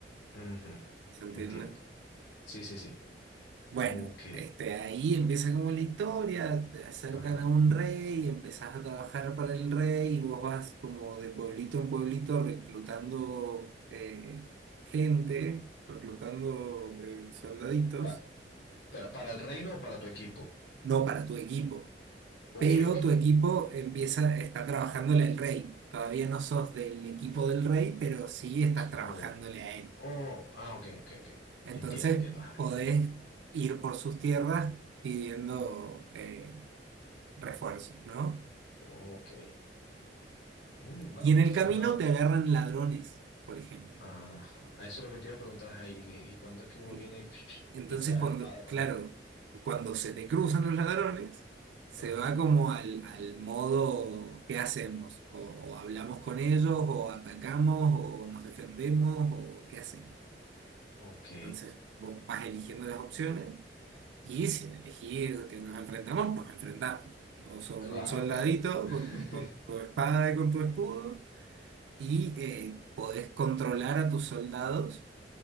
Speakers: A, on the left; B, on the right.
A: Ujú,
B: ¿se entiende?
A: Entiendo. Sí, sí, sí.
B: Bueno,
A: Ok,
B: este, ahí empieza como la historia, te acercan
A: ajá.
B: a un rey, empezás a trabajar para el rey y vos vas como de pueblito en pueblito reclutando eh, gente, reclutando eh, soldaditos,
A: Pa- para, para el reino o para tu equipo.
B: no para tu equipo,
A: Ok,
B: pero
A: ok.
B: tu equipo
A: Ajá.
B: empieza, está trabajándole al rey. Todavía no sos del equipo del rey, pero sí estás trabajándole
A: O,
B: a él.
A: o, ah, ok, ok, ok.
B: Entonces
A: Entiendo, entiendo, ajá.
B: podés ir por sus tierras pidiendo... eh, refuerzos, ¿no?
A: Ok. Mm, va-
B: Y en el
A: suena.
B: camino te agarran ladrones, por ejemplo.
A: Ajá. Eso es lo que te iba a preguntar, ajá, ¿Y, y cuándo es que uno
B: En-
A: viene y,
B: Entonces,
A: y echa
B: cuando,
A: espada con
B: claro,
A: la gente?
B: cuando se te cruzan los ladrones, se
A: Ajá.
B: va como al, al modo, ¿qué hacemos? O, o hablamos con ellos, o atacamos, o nos defendemos, o ¿qué hacemos?
A: Ok.
B: Entonces, vos vas eligiendo las opciones y si elegís que nos enfrentamos, nos enfrentamos. Y Vos sos
A: Claro,
B: un soldadito
A: claro. <laughs>
B: con, con tu espada y con tu escudo y eh, podés controlar a tus soldados